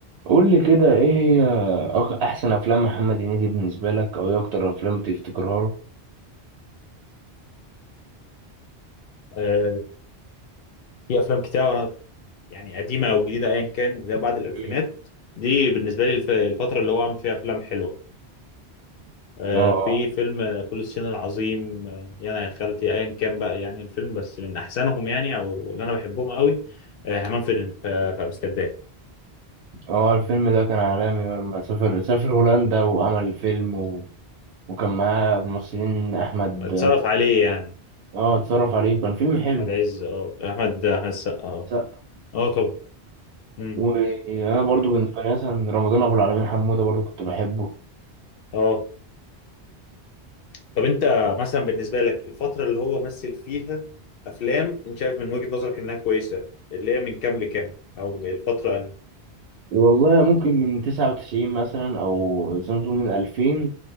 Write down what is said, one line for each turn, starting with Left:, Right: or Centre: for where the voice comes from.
Right: قول لي كده ايه هي أك- احسن افلام محمد هنيدي بالنسبه لك او ايه اكتر افلام تفتكرها له
Left: آه، في افلام كتير وانا يعني قديمه او جديده ايا كان اللي هي بعد الالفينات
Right: <laughs> مم.
Left: دي بالنسبه لي الف- الفتره اللي هو عامل فيها افلام حلوه آه،
Right: اه
Left: في فيلم آه، فول الصين العظيم آه، يا انا يا خالتي ايا كان بقى يعني الفيلم بس من احسنهم يعني او اللي انا بحبهم قوي آه، همام في في في امستردام
Right: اه الفيلم ده كان عالمي لما سافر سافر هولندا وعمل فيلم و... وكان معاه ممثلين احمد
Left: اتصرف عليه يعني
Right: اه اتصرف عليه كان فيلم حلو
Left: احمد عز اه احمد احمد السقا اه
Right: س-
Left: اه طبعا مم.
Right: وانا برضو بالنسبه لي مثلا رمضان ابو العالمين حموده برضو كنت بحبه
Left: اه طب انت مثلا بالنسبه لك الفتره اللي هو مثل فيها افلام انت شايف من وجهه نظرك انها كويسه اللي هي من كام لكام او الفتره يعني
Right: والله ممكن من تسعة وتسعين مثلا أو سامسونج من ألفين